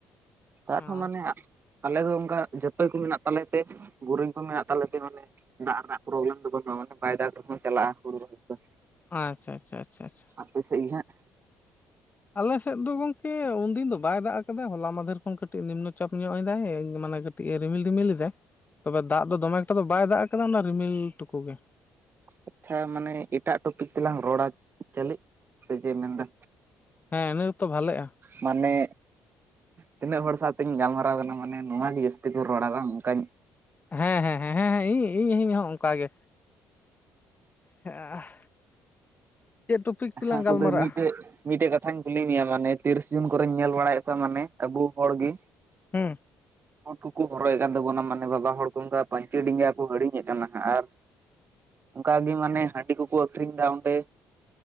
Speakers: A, on the right; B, on the left.
A: ᱟᱨᱦᱚᱸ
B: ᱚ
A: ᱢᱟᱱᱮ ᱟᱞᱮ ᱫᱚ ᱚᱱᱠᱟ ᱡᱟᱹᱛᱚᱭ ᱠᱚ ᱢᱮᱱᱟᱜ ᱛᱟᱞᱮ ᱛᱮ ᱵᱩᱨᱩᱝ ᱠᱚ ᱢᱮᱱᱟᱜ ᱛᱟᱞᱮ ᱛᱮ ᱢᱟᱱᱮ ᱫᱟᱜ ᱨᱮᱱᱟᱜ ᱯᱨᱚᱵᱽᱞᱮᱢ ᱫᱚ ᱵᱟᱹᱱᱩᱜᱼᱟ ᱢᱟᱱᱮ ᱵᱟᱭᱡᱟᱨ ᱠᱚ ᱪᱟᱞᱟᱜᱼᱟ ᱦᱩᱲᱩ ᱨᱚᱦᱚᱭ ᱫᱚ
B: ᱟᱪᱪᱷᱟ ᱟᱪᱷᱟ ᱟᱪᱷᱟ ᱟᱪᱪᱷᱟ
A: ᱟᱯᱮ ᱥᱮᱫ ᱜᱮ ᱦᱟᱜ?
B: ᱟᱞᱮ ᱥᱮᱫ ᱫᱚ ᱜᱚᱢᱠᱮ ᱩᱱᱫᱤᱱ ᱫᱚ ᱵᱟᱭ ᱫᱟᱜ ᱟᱠᱟᱫᱟ᱾ ᱦᱚᱞᱟ ᱢᱟᱫᱷᱮᱨ ᱠᱷᱚᱱ ᱠᱟᱹᱴᱤᱡ ᱱᱤᱢᱱᱚ ᱪᱟᱯ ᱧᱚᱜ ᱮᱫᱟᱭ ᱢᱟᱱᱮ ᱠᱟᱹᱴᱤᱡ ᱠᱟᱹᱴᱤᱡ ᱮ ᱨᱤᱢᱤᱞ ᱨᱤᱢᱤᱞ ᱮᱫᱟᱭ ᱛᱚᱵᱮ ᱫᱟᱜ ᱫᱚ ᱫᱚᱢᱮ ᱮᱠᱴᱟ ᱫᱚ ᱵᱟᱭ ᱫᱟᱜ ᱟᱠᱟᱫᱟ ᱚᱱᱟ ᱨᱤᱢᱤᱞ ᱴᱩᱠᱩ ᱜᱮ
A: ᱟᱪᱪᱷᱟ ᱢᱟᱱᱮ ᱮᱴᱟᱜ ᱴᱚᱯᱤᱠ ᱛᱮᱞᱟᱝ ᱨᱚᱲᱟ ᱪᱟᱹᱞᱤ ᱥᱮ ᱪᱮᱫ ᱢᱮᱱᱫᱟ
B: ᱦᱮᱸ ᱤᱱᱟᱹᱜ ᱝᱮᱛᱚ ᱵᱷᱟᱞᱮᱜᱼᱟ
A: ᱢᱟᱱᱮ ᱛᱤᱱᱟᱹᱜ ᱦᱚᱲ ᱥᱟᱶᱛᱤᱧ ᱜᱟᱞᱢᱟᱨᱟᱣ ᱠᱟᱱᱟ ᱢᱟᱱᱮ ᱱᱚ ᱜᱮ ᱡᱟᱹᱥᱛᱤ ᱠᱚ ᱨᱚᱲᱟ ᱵᱟᱝ ᱚᱱᱠᱟ
B: ᱦᱮᱸ ᱦᱮᱸ ᱦᱮ ᱦᱮᱸ ᱦᱮᱸ ᱤᱧ ᱤᱧ ᱦᱚᱸ ᱚᱱᱠᱟ ᱜᱮ᱾ ᱦᱮᱸ ᱪᱮᱫ ᱴᱚᱯᱤᱠ ᱛᱮᱞᱟᱝ
A: ᱟᱪᱪᱷᱟ
B: ᱜᱟᱞᱢᱟᱨᱟᱜᱼᱟ?
A: ᱛᱚᱵᱮ ᱢᱤᱫᱴᱮᱡ ᱢᱤᱫᱴᱮᱡ ᱠᱟᱛᱷᱟᱧ ᱠᱩᱞᱤ ᱢᱮᱭᱟ ᱢᱟᱱᱮ ᱛᱤᱨᱤᱥ ᱡᱩᱱ ᱠᱚᱨᱮᱧ ᱧᱮᱞ ᱵᱟᱲᱟᱭᱮᱫ ᱠᱚᱣᱟ ᱢᱟᱱᱮ ᱟᱵᱚ ᱦᱚᱲ ᱜᱮ
B: ᱦᱮᱸ
A: ᱵᱩᱴ ᱠᱚᱠᱚ ᱦᱚᱨᱚᱭᱮᱫ ᱠᱟᱱ ᱛᱟᱵᱚᱱᱟ ᱢᱟᱱᱮ ᱵᱟᱵᱟ ᱦᱚᱲ ᱠᱚ ᱚᱱᱠᱟ ᱯᱟᱹᱧᱪᱤ ᱰᱮᱸᱜᱟ ᱠᱚ ᱦᱤᱲᱤᱧ ᱮᱫ ᱠᱟᱱᱟ ᱦᱟᱸᱜ ᱟᱨ ᱚᱱᱠᱟ ᱜᱮ ᱢᱟᱱᱮ ᱦᱟᱺᱰᱤ ᱠᱚᱠᱚ ᱟᱠᱷᱨᱤᱧ ᱮᱫᱟ ᱚᱸᱰᱮ